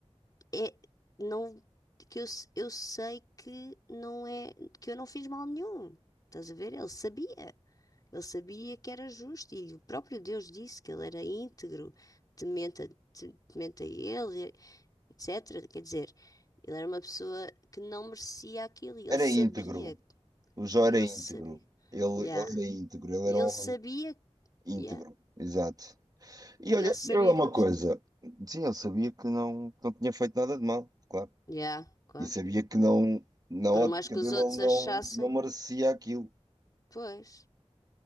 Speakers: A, on the left; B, on the right.
A: é, não, que eu, s- eu sei que não é, que eu não fiz mal nenhum. Estás a ver? Ele sabia. Ele sabia que era justo e o próprio Deus disse que ele era íntegro, temente a, te- temente a ele, etc. Quer dizer, ele era uma pessoa que não merecia aquilo e
B: Era
A: ele sabia,
B: íntegro. O Jó
A: e
B: era
A: ele
B: íntegro.
A: sabia,
B: Ele,
A: yeah.
B: ele era íntegro. Ele
A: E
B: era
A: ele
B: um homem
A: sabia,
B: Íntegro,
A: yeah.
B: exato. E
A: E
B: olha,
A: ele sabia
B: e olha uma
A: que não merecia.
B: coisa. Sim, ele sabia que não, que não tinha feito nada de mal, claro.
A: Yeah, claro.
B: E sabia que não, na
A: Por
B: ótica
A: mais que
B: dele,
A: os outros
B: ele
A: achassem,
B: não, não merecia aquilo.
A: pois.